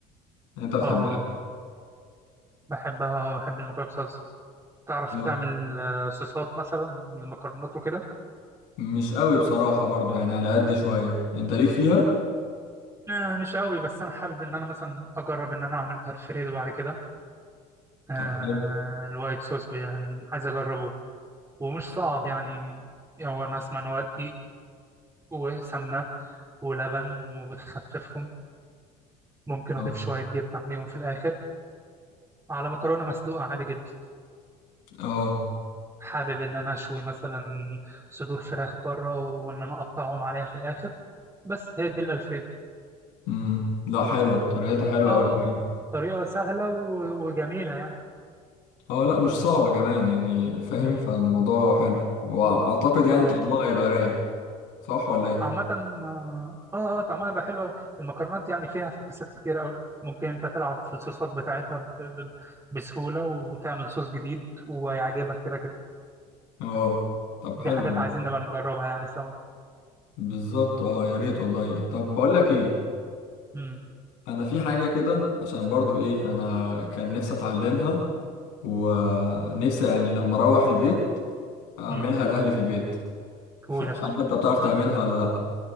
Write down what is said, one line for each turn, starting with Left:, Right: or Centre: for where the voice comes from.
Left: انت بتحبها
Right: اه بحبها بحب المكرونة بصلصة تعرف
Left: اه
Right: تعمل آه، صوصات مثلا للمكرونات وكده
Left: مش قوي بصراحة برضو يعني على قد شوية انت ليك فيها
Right: آه، مش قوي بس انا حابب ان انا مثلا اجرب ان انا اعمل الفريدو بعد كده آه
Left: طب حلو
Right: الوايت صوص بي- يعني عايز اجربه ومش صعب يعني هو انا اسمع ان هو دقيق وسمنه ولبن وبتخففهم ممكن
Left: اه
Right: اضيف شويه جبنه عليهم في الاخر على مكرونه مسلوقه عادي جدا
Left: اه
Right: حابب ان انا اشوي مثلا صدور فراخ بره وان انا اقطعهم عليها في الاخر بس هي دي الالفريدو
Left: امم لا حلوة طريقتها حلوة
Right: اه
Left: قوي كمان
Right: طريقه سهله و- وجميله يعني
Left: اه لا مش صعبة كمان يعني فاهم
Right: امم
Left: فالموضوع حلو واعتقد يعني
Right: اه
Left: طعمها هيبقى رايق صح ولا ايه
Right: عامة اه اه طعمها يبقى حلو أوي. المكرونات يعني فيها افتكاسات كتير قوي ممكن انت تلعب في الصوصات بتاعتها ب- ب- بسهولة وتعمل صوص جديد ويعجبك كده كده
Left: اه طب
Right: دي
Left: حلو
Right: حاجات
Left: والله.
Right: عايزين نبقى نجربها يعني سوا
Left: بالظبط اه يا ريت والله طب بقول لك ايه
Right: امم
Left: انا في حاجه كده عشان برضو ايه انا كان نفسي اتعلمها ونفسي يعني لما اروح البيت اعملها
Right: امم
Left: لاهلي في البيت فمش
Right: قول يا صاحبي
Left: عارف انت بتعرف تعملها ولا لا